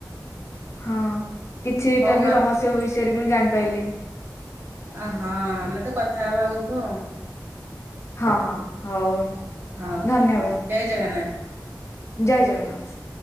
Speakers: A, on the left; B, on the right.
A: ହଁ କିଛିଟା
B: ହଉ
A: ବି ରହସ୍ୟ ବିଷୟରେବି ମୁଁ ଜାଣିପାରିଲି।
B: ଅ ହଁ ଆମେ ତ କଥା ହବା ଆଗକୁ ଆଉ।
A: ହଁ ହଁ ହଉ
B: ହଉ
A: ଧନ୍ୟବାଦ।
B: ହଉ ଜୟ ଜଗନ୍ନାଥ।
A: ଜୟ ଜଗନ୍ନାଥ।